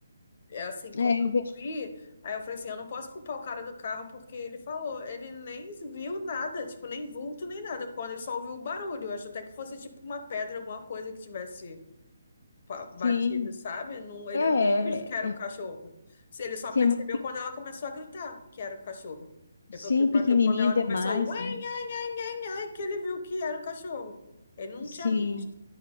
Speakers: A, on the left; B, on the left.
A: É assim, como
B: é,
A: eu
B: eu vejo.
A: vi, aí eu falei assim, eu não posso culpar o cara do carro porque ele falou, ele nem viu nada, tipo, nem vulto, nem nada, quando ele só ouviu o barulho, eu acho até que fosse tipo uma pedra, alguma coisa que tivesse pa- batido,
B: Sim,
A: sabe? Não, ele
B: é,
A: não tinha visto que era
B: é,
A: um cachorro. Se Ele só
B: sim,
A: percebeu
B: é muito, pe-
A: quando ela começou a gritar que era o cachorro.
B: sim,
A: Ele falou que bateu
B: pequenininha
A: quando ela
B: demais,
A: começou, ué, nhe,
B: né?
A: nhe, nhe, nhe, que ele viu que era um cachorro. Ele não
B: Sim,
A: tinha visto,